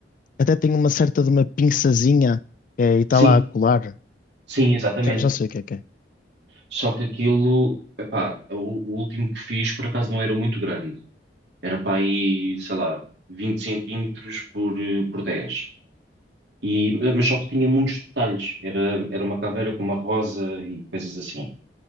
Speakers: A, on the left (about 50°); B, on the right (about 70°).
A: até tenho uma certa de uma pinçazinha é, e está
B: sim,
A: lá a colar.
B: sim, exatamente.
A: Já, já sei o que é que é.
B: Só que aquilo, epá, o, o último que fiz por acaso não era muito grande. Era para aí, sei lá, 20 centímetros por, eh, por dez E, mas só que tinha muitos detalhes. Era, era uma caveira com uma rosa e coisas assim.